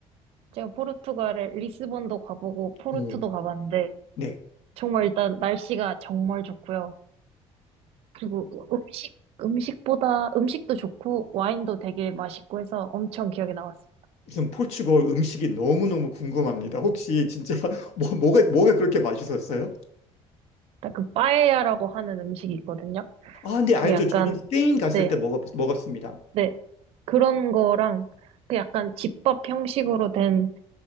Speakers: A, on the right (about 55°); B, on the left (about 60°).
A: 제가 포르투갈을 리스본도 가보고 포르투도
B: 음.
A: 가봤는데,
B: 네.
A: 정말 일단 날씨가 정말 좋고요. 그리고 음식, 음식보다, 음식도 좋고, 와인도 되게 맛있고 해서 엄청 기억에 남았어요.
B: 우선 포르투갈 음식이 너무너무 궁금합니다. 혹시 진짜 <laughs> 뭐, 뭐가, 뭐가 그렇게 맛있었어요?
A: 약간 그 빠에야라고 하는 음식이 있거든요.
B: 아, 네, 알죠.
A: 그게 약간
B: 저는 스페인 갔을
A: 네,
B: 때 먹었, 먹었습니다.
A: 네 그런 거랑 그 약간 집밥 형식으로 된